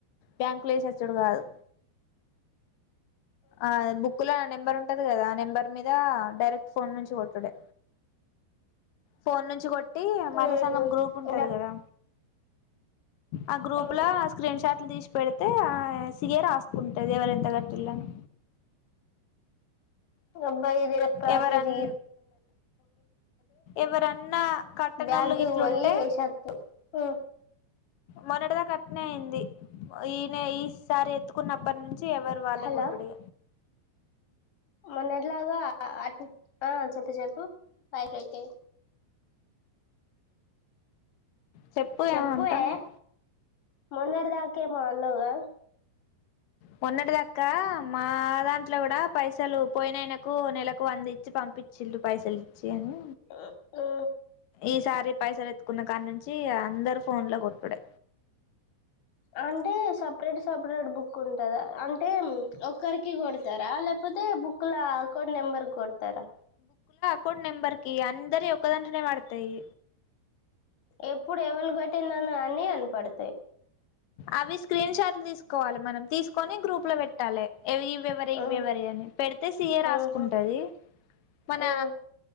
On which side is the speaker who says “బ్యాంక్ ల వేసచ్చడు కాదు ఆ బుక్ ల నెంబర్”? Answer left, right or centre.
Left